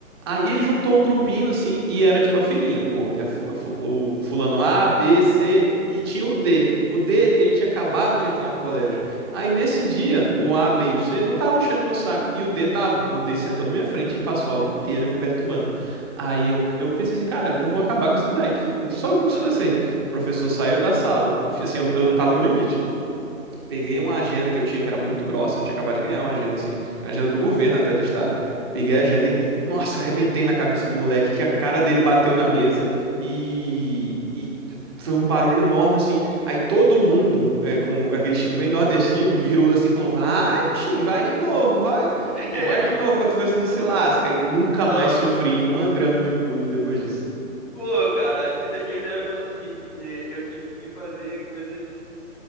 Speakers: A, on the right; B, in the centre.
A: Aí ele juntou um grupinho assim e era tipo a filinha, pô, é fu- é fu- o fulano A, B, C e tinha o D. O D, ele tinha acabado de entrar no colégio. Aí nesse dia, o A, B e o C não estavam enchendo meu saco. E o D tava. O D sentou na minha frente e passou a aula inteira me perturbando. Aí eu, eu pensei assim, cara, eu vou acabar com esse moleque. Eu só eu dispensei.
B: Aham.
A: O professor saiu da sala, eu, assim, eu, eu não tava no limite. Peguei uma agenda que eu tinha que era muito grossa, eu tinha acabado de ganhar uma agenda assim, a agenda do governo até do estado. Peguei a agenda e, nossa, eu arrebentei na cabeça do moleque que a cara dele bateu na mesa e, e foi um barulho enorme assim. Aí todo mundo, é, com aquele estilo bem nordestino, virou assim e falou: Vai, bichinho, vai de novo, vai,
B: <laughs>
A: vai de novo pra tu ver se não se
B: Tome,
A: lasca. E nunca mais
B: tome.
A: sofri uma grama de bullying depois disso.
B: Pô, cara, que de- quem dera fosse assim, porque eu tive que fazer coisas